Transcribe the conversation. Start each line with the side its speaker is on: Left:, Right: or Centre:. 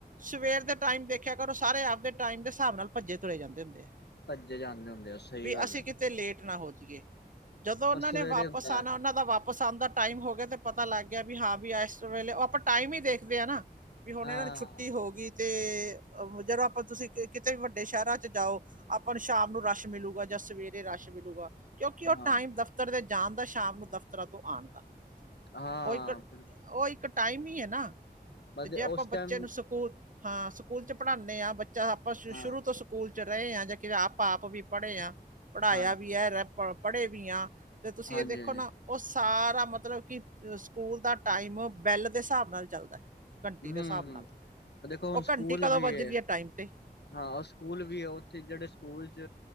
Right: ਸਵੇਰ ਦੇ ਟਾਈਮ ਦੇਖੇਆ ਕਰੋ, ਸਾਰੇ ਆਪ ਦੇ ਟਾਈਮ ਦੇ ਸਾਹਬ ਨਾਲ ਭੱਜੇ ਤੁਰੇ ਜਾਂਦੇ ਹੁੰਦੇ ਆ।
Left: ਭੱਜੇ ਜਾਂਦੇ ਹੁੰਦੇ ਆ ਸਹੀ
Right: ਬੀ
Left: ਗੱਲ
Right: ਅਸੀਂ
Left: ਹੈ
Right: ਕਿਤੇ ਲੇਟ ਨਾ ਹੋ ਜੀਏ। ਜਦੋਂ ਓਨਾਂ
Left: ਔਰ ਸਵੇਰੇ
Right: ਨੇ ਵਾਪਸ
Left: ਹੁੰਦਾ
Right: ਆਨਾ ਓਨਾਂ ਦਾ ਵਾਪ ਪਸੰਦ ਦਾ ਟਾਈਮ ਹੋ ਗਿਆ ਤੇ ਪਤਾ ਲੱਗ ਗਿਆ ਵੀ ਹਾਂ ਵੀ ਇਸ ਵੇਲੇ ਉਹ ਆਪਾਂ ਟਾਈਮ ਹੀ ਦੇਖਦੇ ਹ ਨਾ ਵੀ ਹੁਣ
Left: ਹਾਂ
Right: ਇਹਨਾਂ ਨੂੰ ਛੁੱਟੀ ਹੋ ਗਈ ਤੇ ਜਦ ਆਪਾਂ ਤੁਸੀਂ ਕਿਤੇ ਵੀ ਵੱਡੇ ਸ਼ਹਿਰਾਂ ਚ ਜਾਓ ਆਪਾਂ ਨੂੰ ਸ਼ਾਮ ਨੂੰ ਰਸ਼ ਮਿਲਲੇਗਾ ਜਾਂ ਸਵੇਰੇ ਰਸ਼ ਮਿਲੂਗਾ ਕਿਉਂਕਿ ਉਹ
Left: ਹਾਂ
Right: ਟਾਈਮ ਦਫ਼ਤਰ ਦੇ ਜਾਣ ਦਾ ਸ਼ਾਮ ਨੂੰ ਦਫ਼ਤਰਾਂ ਤੋਂ ਆਉਣ ਦਾ
Left: ਹਾਂ
Right: ਉਹ ਇੱਕ
Left: ਬਿਲਕੁਲ
Right: ਉਹ ਇੱਕ ਟਾਈਮ ਹੀ ਹੈ ਨਾ
Left: ਮਤਲਬ
Right: ਤੇ ਜੇ ਆਪਾਂ
Left: ਉਸ
Right: ਬੱਚੇ
Left: ਟਾਈਮ
Right: ਨੂੰ ਸਕੂਲ ਹਾਂ ਸਕੂਲ ਚ ਪੜ੍ਹਾਉਂਦੇ ਹਾਂ ਬੱਚਾ ਆਪਾਂ ਸ਼ੁਰੂ
Left: ਹਾਂ
Right: ਤੋਂ ਸਕੂਲ ਚ ਰਹੇ ਆਾਂ ਜਾਂ ਕਿਵੇਂ ਆਪ ਆਪ ਵੀ ਪੜ੍ਹੇ ਆਾਂ ਪੜ੍ਹਾਇਆ
Left: ਹਾਂਜੀ
Right: ਵੀ ਹੈ ਪੜ੍ਹੇ ਵੀ ਆਂ, ਅਤੇ ਤੁਸੀਂ
Left: ਹਾਂਜੀ
Right: ਏ ਦੇਖੋ
Left: ਹਾਂਜੀ
Right: ਨਾ ਓ ਸਾਰਾ ਮਤਲਬ ਕਿ ਸੁਕੂਲ ਦਾ ਟਾਈਮ, ਬੈਲ ਦੇ ਸਾਹਬ ਨਾਲ ਚੱਲਦੈ। ਘੰਟੀ
Left: ਹਮ
Right: ਦੇ ਸਾਹਬ
Left: ਹਮ
Right: ਨਾਲ,
Left: ਦੇਖੋ ਹੁਣ
Right: ਓ
Left: ਸਕੂਲ
Right: ਘੰਟੀ ਕਦੋਂ
Left: ਵੀ
Right: ਵੱਜਦੀ
Left: ਹੈ
Right: ਐ ਟਾਈਮ ਤੇ
Left: ਹਾਂ ਓ ਸੁਕੂਲ ਵੀ ਐ, ਓਥੇ ਜੇੜੇ ਸੁਕੂਲ ਚ